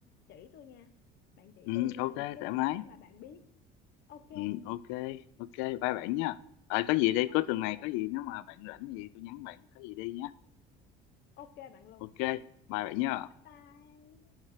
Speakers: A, on the left; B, on the left.
A: chỉ tôi nha bạn chỉ
B: ừ,
A: tôi
B: ok
A: ờ, một cái
B: thoải
A: môn
B: mái
A: nào đó mà bạn biết ok
B: ừ, ok ok bye bạn nha Ờ, có gì đây
A: Ồ,
B: cuối tuần
A: ok
B: này có gì nếu mà bạn rảnh thì tôi nhắn bạn có gì đi nhá
A: ok bạn luôn
B: ok bye bạn nha
A: bye bye